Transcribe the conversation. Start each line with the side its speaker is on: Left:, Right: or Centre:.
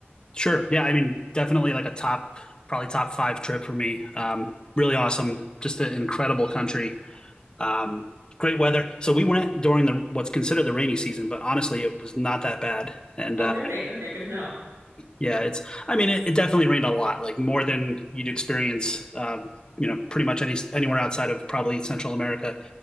Left: Sure. Yeah, I mean, definitely like a top, probably top five trip for me. Um, really awesome, just an incredible country. Um, great weather. So we went during the what's considered the rainy season, but honestly, it was not that bad. And
Right: Oh,
Left: uh,
Right: really? Okay, good to know.
Left: Yeah, it's. I mean, it, it definitely rained a lot, like more than you'd experience, um, you know, pretty much any anywhere outside of probably Central America.